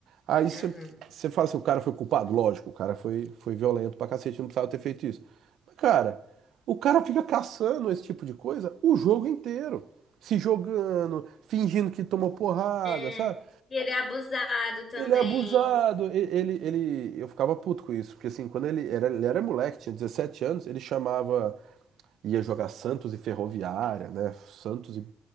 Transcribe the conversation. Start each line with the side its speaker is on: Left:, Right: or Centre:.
Right: Aí
Left: Aham.
Right: você você fala assim, o cara foi culpado? Lógico, o cara foi, foi violento pra cacete, não precisava ter feito isso. Mas, cara. O cara fica caçando esse tipo de coisa o jogo inteiro. Se jogando, fingindo que tomou porrada,
Left: É,
Right: sabe?
Left: e ele é abusado também.
Right: Ele é abusado. e- Ele, ele, eu ficava puto com isso, porque assim, quando ele era, ele era moleque, tinha 17 anos, ele chamava, ia jogar Santos e Ferroviária, né? Santos e